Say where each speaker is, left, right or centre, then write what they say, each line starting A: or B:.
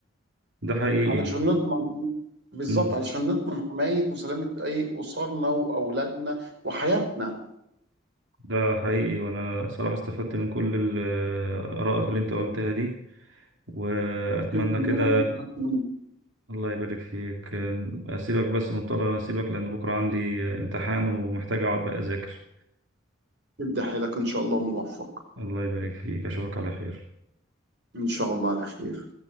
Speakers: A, on the right; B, on the right.
A: ده حقيقي
B: علشان نضمن بالظبط
A: مم.
B: علشان نضمن حمايه وسلامه اي اسرنا واولادنا وحياتنا
A: ده حقيقي وأنا صراحة استفدت من كل ال- آه، آرائك اللي أنت قلتها دي وأتمنى
B: تسلم
A: كده
B: لنا اللي استفدت منه
A: الله يبارك فيك أسيبك بس مضطر أسيبك لأن بكرة عندي امتحان ومحتاج أقعد بقى أذاكر
B: ادي حيلك ان شاء الله موفق
A: الله يبارك فيك أشوفك على خير
B: ان شاء الله على خير